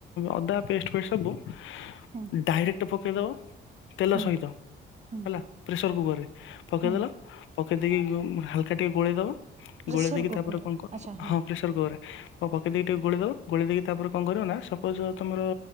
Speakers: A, on the left; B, on the right.
A: ଅଦା ପେଷ୍ଟ ଫେଷ୍ଟ ସବୁ ଡାଇରେକ୍ଟ
B: ହୁଁ
A: ପକେଇଦବ ତେଲ
B: ହୁଁ
A: ସହିତ
B: ହୁଁ
A: ହେଲା ପ୍ରେସର କୁକରରେ। ପକେଇଦେଲ
B: ହୁଁ
A: ପକେଇ ଦେଇକି ଉଁ ହାଲକା ଟିକେ ଗୋଳେଇ ଦବ।
B: ପ୍ରେସର
A: ଗୋଳେଇ ଦେଇକି
B: କୁକର
A: ତାପରେ କଣ କର
B: ଆଚ୍ଛା
A: ହଁ ପ୍ରେସର କୁକରରେ। ପକେଇ ଦେଇକି ଟିକେ ଗୋଳେଇ ଦବ ଗୋଳେଇ ଦେଇକି ତାପରେ କଣ କରିବ ନା ସପୋଜ ତମର